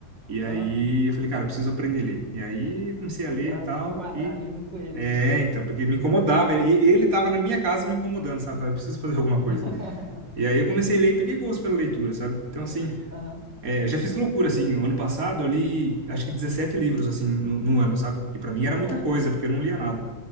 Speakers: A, on the right; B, on the right.
A: E aí
B: Aham,
A: eu falei, cara, eu preciso aprender a ler. E aí eu comecei a ler
B: pra
A: e tal,
B: se enquadrar
A: e
B: ali junto com ele,
A: é,
B: né?
A: então, porque me incomodava. E- Ele tava na minha casa me incomodando, sabe? Eu falei, preciso fazer alguma coisa.
B: <laughs>
A: E aí eu comecei a ler e peguei gosto pela leitura, sabe? Então, assim,
B: Aham,
A: é, eu já fiz loucura, assim. O ano passado eu li, acho que 17 livros, assim, no, no ano, sabe? Que pra mim era
B: caramba,
A: muita coisa,
B: cara.
A: porque eu não lia nada.